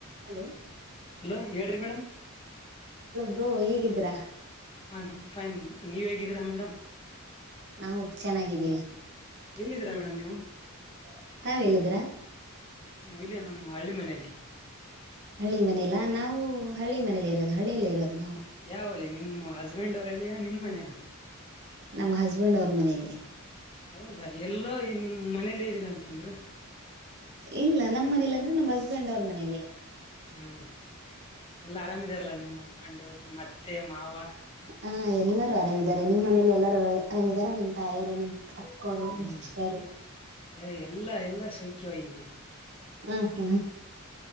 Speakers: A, on the right; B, on the left.
A: ಹಲೋ
B: ಹಲೋ ಹೇಳ್ರಿ ಮೇಡಮ್
A: ಬ್ರೋ ಹೇಗಿದ್ರಾ
B: ಐ ಆಮ್ ಫೈನ್ ನೀವ ಹೇಗಿದ್ದೀರಾ ಮೇಡಮ್
A: ನಾವು ಚೆನ್ನಾಗಿದ್ದೀವಿ
B: ಎಲ್ಲಿದ್ದೀರಾ
A: ಎಲ್ಲಿದಿರ
B: ಮೇಡಮ್
A: ಮೇಡಂ ನೀವು? ತಾವೆಲ್ಲಿ ಇದ್ರಾ
B: ನಾವ ಇಲ್ಲಿ ನಮ್ಮ ಹಳ್ಳಿ ಮನಲಿ
A: ಹಳ್ಳಿ ಮನೇಲ್ಲಾ ನಾವು ಹಳ್ಳಿ ಮನೇಲಿ ಇರೋದು ಹಳ್ಳಿಯಲ್ಲ ಇರೋದು ನಾವು
B: ಯಾವ
A: <unintelligible>
B: ಹಳ್ಳಿ ನಿಮ್ಮ ಹಸ್ಬೆಂಡ್
A: ಹುಸಬ್ಡ್
B: ಅವ್ರ
A: ಮನೇಲ
B: ಹಳ್ಳಿಯ ನಿಮ್ಮ
A: ನಿಮ್
B: ಮನೆಯಲ್ಲ
A: ಮನೇಲ ನಮ್ಮ ಹಸ್ಬೆಂಡ್ ಅವ್ರ ಮನೇಲಿ
B: ಹೌದಾ ಎಲ್ಲೋ ನಿಮ್ ಮನೇಲಿ ಇದ್ದೀರ ಅಂತಂದ್ರು
A: ಇಲ್ಲ ನಮ್ಮ್ ಮನೇಲಿ ಅಂದ್ರೆ ನಮ್ಮ್ ಹಸ್ಬೆಂಡ್ ಅವ್ರ ಮನೇಲಿ
B: ಹ್ಮ್ ಎಲ್ಲಾ ಆರಾಮಿದಾರಲ್ಲ ನಿಮ್ಮ್ ಹಸ್ಬೆಂಡ್ ನಿಮ್ಮ್ ಅತ್ತೆ ಮಾವ
A: ಹಾ ಎಲ್ಲರೂ ಆರಾಮಿದ್ದಾರೆ ನಿಮ್ಮ್ ಮನೇಲಿ ಎಲ್ಲರ ಆರಾಮ್ದಾರ ನಿಮ್ ತಾಯಿಯರು ನಿಮ್ ಅಕ್ಕವರು
B: ಹ್ಮ್
A: ನಿಮ್ ಸಿಸ್ಟರು
B: ಹೆ ಎಲ್ಲಾ ಎಲ್ಲಾ ಸೌಖ್ಯವಾಗಿದ್ದೀವಿ
A: ಹ್ಮ ಹ್ಮ್